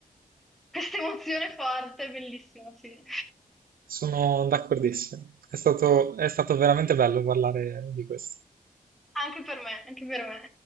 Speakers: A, in the centre; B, on the right.
A: questa emozione forte, bellissimo, sì.
B: sono d'accordissimo. È stato, è stato veramente bello parlare di questo.
A: Anche per me, anche per me.